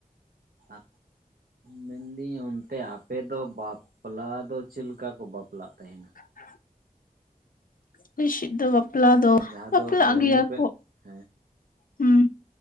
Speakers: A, on the right; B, on the left.
A: ᱦᱟ ᱢᱮᱱᱫᱟᱹᱧ ᱚᱱᱛᱮ ᱟᱯᱮ ᱫᱚ ᱵᱟᱯᱞᱟ ᱫᱚ ᱪᱮᱫ ᱞᱮᱠᱟ ᱠᱚ ᱵᱟᱯᱞᱟᱜ ᱛᱮᱦᱮᱱᱟ?
B: ᱦ <inaudible> ᱟᱞᱮ ᱥᱮᱫ ᱫᱚ ᱵᱟᱯᱞᱟ ᱫᱚ
A: ᱡᱟᱦᱟᱸ
B: ᱵᱟᱯᱞᱟᱜ
A: ᱫᱚ ᱧᱮᱞ
B: ᱜᱮᱭᱟ
A: ᱧᱮᱯᱮᱞ
B: ᱠᱚ
A: ᱦᱮᱸ
B: ᱦᱩᱸ,